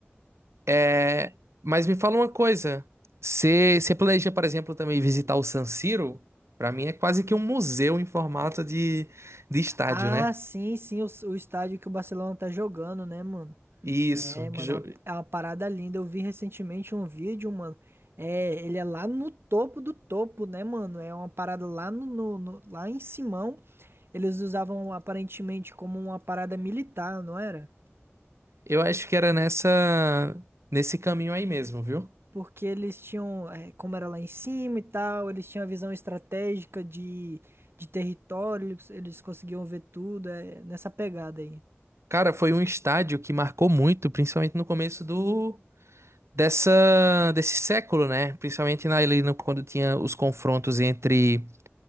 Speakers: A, on the right; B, on the right.
A: É, mas me fala uma coisa. Você você planeja, por exemplo, também visitar o San Siro? Para mim é quase que um museu em formato de, de estádio,
B: Ah,
A: né?
B: sim, sim, o, o estádio que o Barcelona tá jogando, né, mano?
A: Isso.
B: É, mano,
A: que jo-
B: é uma é uma parada linda. Eu vi recentemente um vídeo, mano. É, ele é lá no topo do topo, né, mano? É uma parada lá no, no- no- lá em Simão. Eles usavam aparentemente como uma parada militar, não era?
A: Eu acho que era nessa nesse caminho aí mesmo, viu?
B: Porque eles tinham, é, como era lá em cima e tal, eles tinham a visão estratégica de, de território, eles, eles conseguiam ver tudo, é, nessa pegada aí.
A: Cara, foi um estádio que marcou muito, principalmente no começo do dessa desse século, né? Principalmente na, ali no- quando tinha os confrontos entre